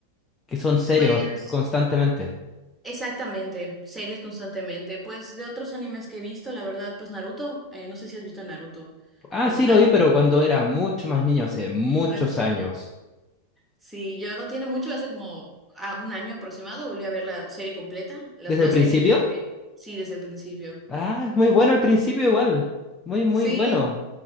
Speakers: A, on the left (about 20°); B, in the centre.
A: que son serios
B: Pues,
A: constantemente.
B: exactamente, series constantemente. Pues de otros animes que he visto, la verdad, pues Naruto, eh, no sé si has visto Naruto
A: Ah,
B: como
A: sí
B: tal.
A: lo vi, pero cuando era mucho más niño, hace muchos
B: <laughs>
A: años.
B: Sí, yo no tiene mucho, hace como a un año aproximado volví a ver la serie completa, las
A: ¿Desde
B: dos
A: el principio?
B: series, porque sí, desde el principio.
A: Ah, es muy bueno el principio igual. Muy, muy
B: Sí,
A: bueno.